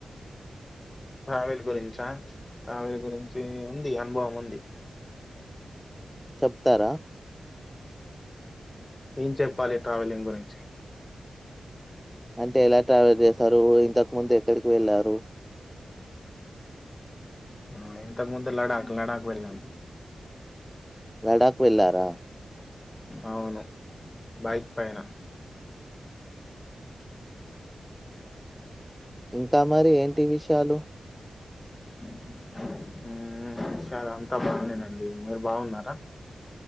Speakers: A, on the left; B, in the centre.
A: ట్రావెల్ గురించా ట్రావెల్ గురించి ఉంది అనుభవం ఉంది
B: చెప్తారా
A: ఏం చెప్పాలి ట్రావెలింగ్ గురించి
B: అంటే ఎలా ట్రావెల్ చేసారు ఇంతకు ముందు ఎక్కడికి వెళ్ళారు రూ
A: ఆ ఇంతకు ముందు లడాక్ లడాక్ వెళ్ళాం
B: లడాక్ వెళ్ళారా
A: అవును బైక్ పైన
B: ఇంకా మరి ఏంటి విషయాలు?
A: ఊమ్ సరే అంతా బాగనేనండి మీరు బాగున్నారా